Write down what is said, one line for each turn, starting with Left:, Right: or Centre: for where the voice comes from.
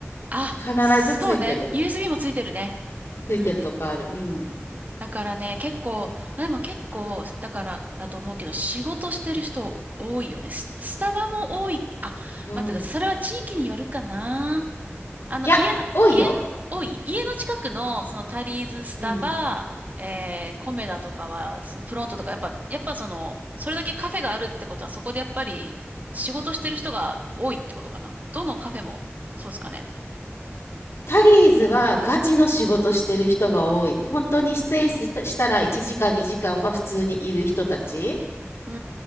Right: あ、
Left: 必ずついてる。
Right: そうね。USB もついてるね。
Left: ついてるとこある。
Right: うん。
Left: うん。
Right: だからね、結構、まあでも結構、だからだと思うけど、仕事してる人多いよね。ス、スタバも多い。あ、
Left: うん。
Right: 待ってください。それは地域によるかな。あの、
Left: いや、
Right: 家の、
Left: 多いよ。
Right: 家、多い。家の近くの、そのタリーズ、スタバ、
Left: うん。
Right: えー、コメダとかは、そのプロントとか、やっぱ、やっぱその、それだけカフェがあるってことは、そこでやっぱり仕事してる人が多いってことかな。どのカフェも、そうですかね。
Left: タリーズはガチの仕事してる人が多い。本当にステイしたしたら1時間2時間は普通にいる人たち。
Right: うー